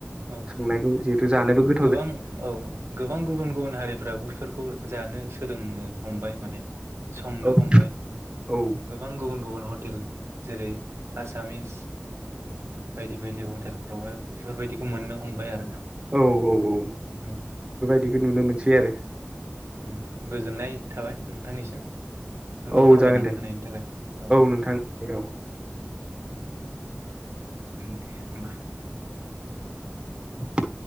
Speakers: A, on the right (about 85°); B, on the right (about 20°).
A: औ
B: संनायखौ जिहेथु जानोबो गो
A: औ गोबां गुबुन गुबुन हारिफ्राबो बेफोरखौ जानो सोलोंनो हमबाय माने। संनो
B: औ
A: हमबाय
B: औ
A: गोबां गुबुन गुबुन हटेल जेरै आसामिस बायदि बायदि हटेलफ्रावहाय बेफोरबायदिखौ मोननो हमबाय आरो।
B: औ औ औ।
A: <unintelligible>
B: बिदिखौ नुनो मोनसै आरो।
A: <unintelligible> गोजोननाय थाबाय नोंथांनिसिम बेफोरखौ
B: औ
A: फोरमायनानै
B: जागोन दे
A: होनायनि थाखाय औ।
B: नोंथां औ
A: ओम दे होमबा।
B: <inaudible>